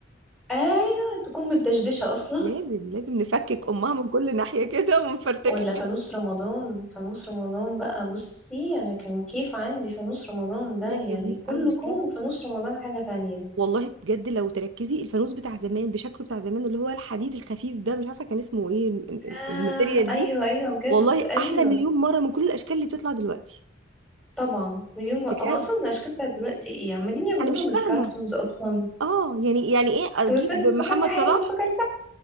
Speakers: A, in the centre; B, on the right.
A: ايوه تكون متدشدشة اصلا
B: لازم لازم نفكك امها من كل ناحيه كده ونفرتكها
A: ولا فانوس رمضان فانوس رمضان بقى بصي انا كان كيف عندي فانوس رمضان
B: <laughs>
A: ده يعني
B: كان جميل
A: كله
B: قوي
A: كوم
B: بجد
A: وفانوس رمضان حاجة تانية
B: والله بجد لو تركزي الفانوس بتاع زمان بشكله بتاع زمان اللي هو الحديد الخفيف ده مش عارفه كان اسمه ايه ال- ال- ال-
A: آه
B: الماتيريال
A: ايوه
B: دي
A: ايوه بجد
B: والله
A: ايوه
B: احلى مليون مره من كل الاشكال اللي بتطلع دلوقتي
A: طبعا مليون مرة
B: بجد
A: هو اصلا الاشكال بتاعت دلوقتي ايه عمالين يعملوا
B: انا مش
A: لهم
B: فاهمه
A: الكارتونز اصلا
B: اه يعني يعني ايه اجيب
A: طب استني
B: محمد
A: افتكرت حاجة
B: صلاح
A: افتكرت